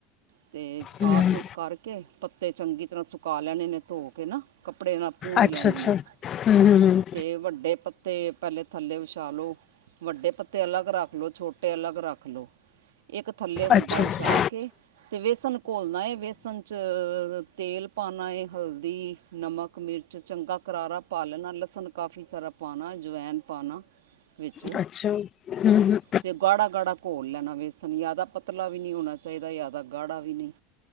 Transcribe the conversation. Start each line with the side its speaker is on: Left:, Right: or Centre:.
Right: ਅਤੇ ਸਾਫ
Left: ਹੂੰ,
Right: -ਸੁੂਫ ਕਰਕੇ ਪੱਤੇ ਚੰਗੀ ਤਰ੍ਹਾਂ ਸੁਕਾ ਲੈਣੇ ਨੇ ਧੋ ਕੇ ਨਾ ਕੱਪੜੇ ਨਾਲ ਪੂੰਜ
Left: ਅੱਛਾ-ਅੱਛਾ,
Right: ਲੈਣੇ ਨੇ ਅੱਛਾ
Left: ਹੂੰ-ਹੂੰ-ਹੂੰ,
Right: ਤੇ ਵੱਡੇ ਪ ਪੱਤੇ ਪਹਿਲੇ ਥੱਲੇ ਵਿਛਾਲੋ ਵੱਡੇ ਪੱਤੇ ਅਲੱਗ ਰੱਖ ਲਓ, ਛੋਟੇ ਅਲੱਗ ਰੱਖ ਲਓ, ਇੱਕ ਥੱਲੇ
Left: ਅੱਛਾ-ਅੱਛਾ।
Right: ਵੱਡਾ ਵਿਛਾ ਕੇ ਵੇਸਨ ਘੋਲਣਾ ਏ! ਬੇਸਣ 'ਚ ਤੇਲ ਪਾਉਣਾ ਏ ਹਲਦੀ, ਨਮਕ, ਮਿਰਚ ਚੰਗਾ ਕਰਾਰਾ ਪਾ ਲੈਣਾ ਲਸਣ ਕਾਫੀ ਸਾਰਾ ਪਾਉਣਾ ਅਜਵੈਨ ਪਾਉਣਾ ਵਿੱਚ
Left: ਹੂੰ-ਹੂੰ, ਅੱਛਾ, ਹੂੰ-ਹੂੰ,
Right: ਤੇ ਗਾੜਾ- ਗਾੜਾ ਘੋਲ ਲੈਣਾ ਵੇਸਣ ਯਾਦਾ ਪਤਲਾ ਵੀ ਨਹੀਂ ਹੋਣਾ ਚਾਹੀਦਾ, ਯਾਦਾ ਗਾੜਾ ਵੀ ਨਹੀਂ,